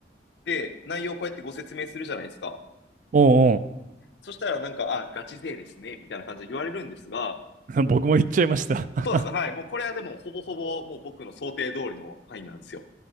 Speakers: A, on the left; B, on the right.
A: で、内容をこうやってご説明するじゃないですか。
B: おうおう、
A: そしたらなんか、あ、ガチ勢ですね。みたいな感じで言われるんですが、
B: <laughs> 僕も言っちゃいました。<laughs>
A: そうです。はい。もうこれはでも、ほぼほぼ、もう僕の想定通りの範囲なんですよ。